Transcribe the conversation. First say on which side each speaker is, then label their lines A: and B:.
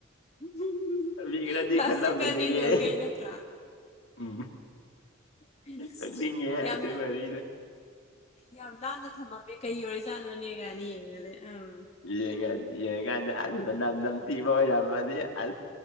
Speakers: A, on the left; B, on the left.
A: <unintelligible>
B: ꯃꯤ ꯈꯔꯗꯤ
A: ꯄ꯭ꯂꯁꯇꯤꯛ
B: ꯈꯜꯂꯝꯒꯅꯤꯌꯦ
A: ꯑꯅꯤ ꯂꯣꯟꯒꯩ ꯅꯠꯇ꯭ꯔꯥ
B: ꯎꯝ
A: ꯑꯩꯅ ꯑꯁ
B: ꯅꯣꯛꯅꯤꯡꯉꯦꯍꯦ
A: ꯌꯥꯝꯅ
B: ꯑꯗꯨ ꯋꯥꯔꯤꯗꯣ
A: ꯌꯥꯝ ꯅꯥꯟꯅ ꯊꯥꯝꯃꯝꯃꯦ ꯀꯩ ꯑꯣꯏꯔꯖꯥꯠꯅꯣꯅꯦ ꯒꯥꯏꯅ ꯌꯦꯡꯅꯗꯣꯏ ꯑꯝ
B: ꯌꯦꯡꯉ ꯌꯦꯡꯉꯀꯥꯟꯗ ꯑꯁ ꯃꯅꯝ ꯅꯝꯊꯤꯕ ꯑꯣꯏꯔꯝꯃꯗꯤ ꯑꯁ